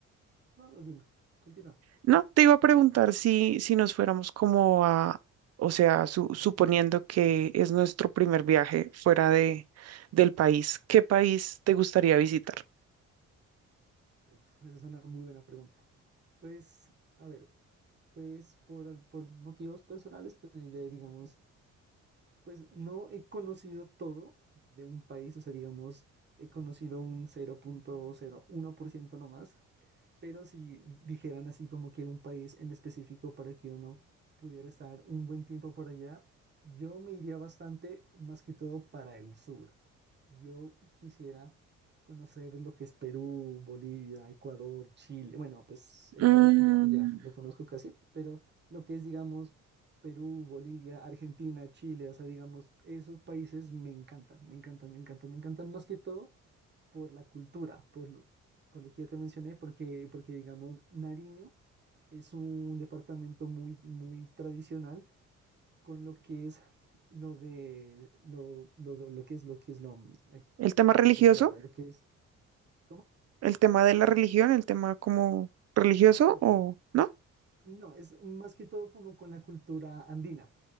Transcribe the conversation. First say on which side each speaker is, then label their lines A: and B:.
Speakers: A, on the right; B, on the right.
A: no, no, dime, continúa.
B: no, te iba a preguntar si, si nos fuéramos como a, o sea, su- suponiendo que es nuestro primer viaje fuera de, del país, ¿qué país te gustaría visitar?
A: Uf, esa es una muy buena pregunta. Pues, a ver, pues por, al- por motivos personales, pues yo ya digamos Pues no he conocido todo de un país, o sea, digamos, he conocido un 0.01% nomás, pero si dijeran así como que un país en específico para que uno pudiera estar un buen tiempo por allá, yo me iría bastante más que todo para el sur. Yo quisiera conocer lo que es Perú, Bolivia, Ecuador, Chile. Bueno, pues Ecuador
B: Mm,
A: ya, ya lo conozco casi, pero lo que es, digamos, Perú, Bolivia, Argentina, Chile, o sea, digamos, esos países me encantan, me encantan, me encantan, me encantan más que todo por la cultura, por lo, por lo que ya te mencioné, porque, porque digamos, Nariño es un departamento muy, muy tradicional con lo que es lo de lo, lo, de- lo que es lo que es lo ay,
B: ¿el tema religioso?
A: se me fue la palabra, lo que es ¿cómo?
B: ¿El tema de la religión? ¿El tema como religioso
A: No,
B: o no?
A: no, es más que todo como con la cultura andina,